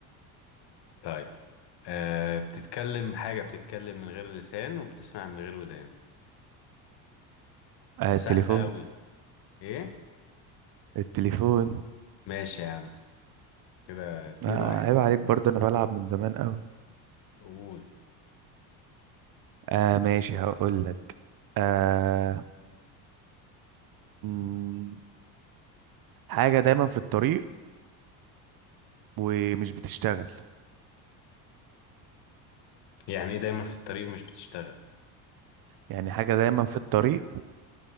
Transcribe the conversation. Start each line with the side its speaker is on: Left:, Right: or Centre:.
Left: طيب أه بتتكلم حاجة بتتكلم من غير لسان وبتسمع من غير ودان
Right: آه
Left: وسهلة
Right: التليفون
Left: أوي إيه؟
Right: التليفون
Left: ماشي يا عم كده اتنين
Right: آه
Left: واحد
Right: عيب عليك برضه انا بلعب من زمان قوي
Left: قول
Right: آه ماشي هقول لك آه مم، حاجة دايما في الطريق ومش بتشتغل
Left: يعني إيه دايما في الطريق ومش بتشتغل؟
Right: يعني حاجة دايما في الطريق